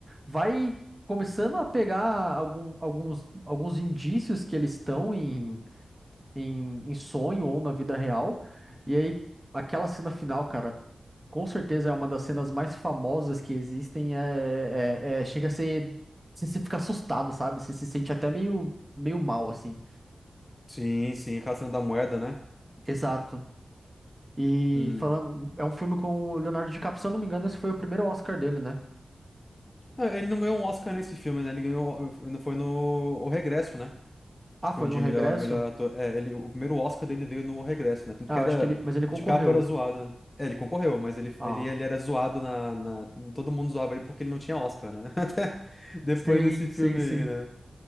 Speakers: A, on the right; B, on the left.
A: vai começando a pegar algum- alguns, alguns indícios que eles estão em em, em sonho ou na vida real. E aí, aquela cena final, cara, com certeza é uma das cenas mais famosas que existem. É, é- é- chega a ser. Você se fica assustado, sabe? Você se sente até meio, meio mal, assim.
B: Sim, sim, aquela cena da moeda, né?
A: Exato. E
B: Hum.
A: falando. É um filme com o Leonardo DiCaprio, se eu não me engano, esse foi o primeiro Oscar dele, né?
B: Ah, ele não ganhou um Oscar nesse filme, né? Ele ganhou, eh, foi no O Regresso, né?
A: Ah,
B: Tipo,
A: foi
B: de
A: no Regresso?
B: melhor, melhor ator. É, ele, o primeiro Oscar dele veio no O Regresso, né? Tanto
A: Ah,
B: que
A: eu
B: era.
A: acho que ele. Mas ele concorreu.
B: De capa era zoado. É, ele concorreu, mas ele,
A: Ah.
B: ele, ele era zoado na, na. Todo mundo zoava ele porque ele não tinha Oscar, né? <laughs> Até depois
A: sim
B: desse filme
A: sim
B: aí,
A: sim
B: né?